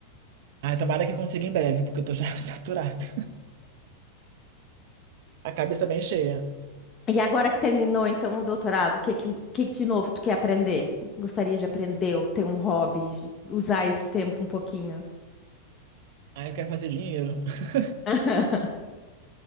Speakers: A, on the right (about 50°); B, on the left (about 20°).
A: Ai, tomara que eu consiga em breve, porque eu tô já <laughs> saturado. A cabeça bem cheia.
B: E agora que terminou, então, o doutorado, o que, que, que de novo tu quer aprender? Gostaria de aprender ou ter um hobby, usar esse tempo um pouquinho.
A: Ai, eu quero fazer dinheiro. <laughs>
B: <laughs>